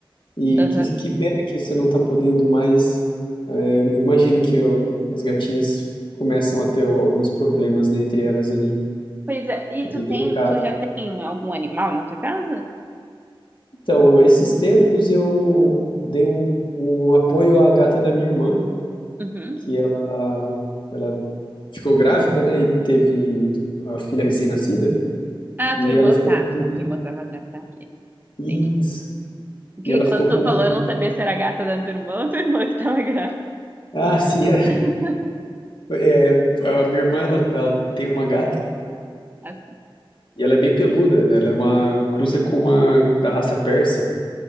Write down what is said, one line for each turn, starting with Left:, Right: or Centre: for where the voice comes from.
Left: E
Right: Aham.
Left: que, que pena que você não está podendo mais. Eh, Eu imagino que o- as gatinhas começam a ter alguns problemas, né, entre elas ali.
Right: Pois é, e
Left: É Bem
Right: tu
Left: delicado.
Right: tem, tu já tem algum animal na tua casa?
Left: Então, esses tempos eu dei um, um apoio à gata da minha irmã,
Right: Uhum.
Left: que ela, ela ficou grávida, né? E teve a filha recém-nascida.
Right: Ah, a
Left: E
Right: tua irmã,
Left: ela ficou
Right: tá,
Left: com medo.
Right: a tua irmã tava grávida, tá, ok,
Left: Isso.
Right: entendi. Porque
Left: E ela
Right: quando
Left: ficou
Right: tu
Left: com.
Right: falou,
Left: um,
Right: eu não sabia se era a gata da tua irmã ou tua irmã que tava grávida.
Left: Ah, sim.
Right: <laughs>
Left: <laughs> A minha irmã, ela, ela tem uma gata.
Right: Assim,
Left: E ela é bem peluda. Ela é uma cruza com uma da raça persa.